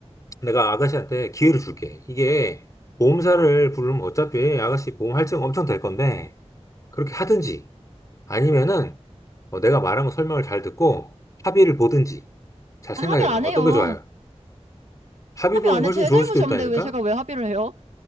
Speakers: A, on the left; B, on the right.
A: 내가 아가씨한테 기회를 줄게. 이게 보험사를 부르면 어차피 아가씨 보험 할증 엄청 될 건데, 그렇게 하든지, 아니면은 어, 내가 말한 거 설명을 잘 듣고 합의를 보든지, 잘
B: 아,
A: 생각해봐요.
B: 합의 안
A: 어떤
B: 해요.
A: 게 좋아요? 합의
B: 합의
A: 보는
B: 안
A: 게 훨씬
B: 해. 제
A: 좋을
B: 잘못이
A: 수도 있다니까?
B: 없는데 왜 제가 왜 합의를 해요?